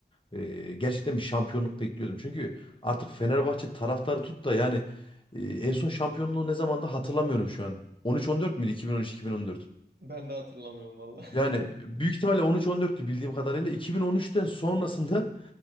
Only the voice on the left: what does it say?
Ee, gerçekten bir şampiyonluk bekliyordum. Çünkü artık Fenerbahçe taraftarı tut da yani e, en son şampiyonluğu ne zamanda hatırlamıyorum şu an. 13-14 müydü? 2013-2014.
Yani
büyük ihtimalle 13-14'tü bildiğim kadarıyla. 2013'ten sonrasında